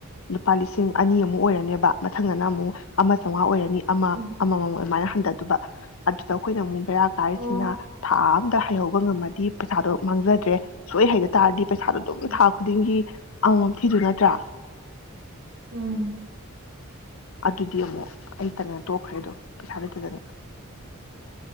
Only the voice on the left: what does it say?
ꯂꯨꯄꯥ ꯂꯤꯁꯤꯡ ꯑꯅꯤ ꯑꯃꯨꯛ ꯑꯣꯏꯔꯅꯦꯕ ꯃꯊꯪꯗꯅ ꯑꯃꯨꯛ ꯑꯃ ꯆꯥꯝꯃꯉꯥ ꯑꯣꯏꯔꯅꯤ ꯑꯃ
ꯑꯃꯃ ꯑꯣꯏꯃꯥꯏ ꯍꯟꯊꯕ ꯑꯗꯨꯗ ꯑꯩꯈꯣꯏꯅ ꯑꯃꯨꯛ ꯀꯥꯏꯁꯤꯅ
ꯊꯝ ꯍꯩꯍꯧꯕ ꯉꯝꯃꯗꯤ ꯄꯩꯁꯥꯗꯣ ꯃꯥꯡꯖꯗ꯭ꯔꯦ ꯁꯣꯏ ꯍꯩꯗ ꯇꯥꯔꯗꯤ ꯄꯩꯁꯥꯗꯣ ꯑꯗꯨꯝ
ꯊꯥ ꯈꯨꯗꯤꯡꯒꯤ ꯑꯝ ꯊꯤꯗꯨ ꯅꯠꯇ꯭ꯔꯥ
ꯑꯗꯨꯗꯤ ꯑꯃꯨꯛ ꯑꯩꯇꯅꯅ ꯇꯣꯛꯈ꯭ꯔꯦ ꯑꯗꯣ ꯄꯩꯁꯥ ꯂꯩꯇꯗꯅꯅ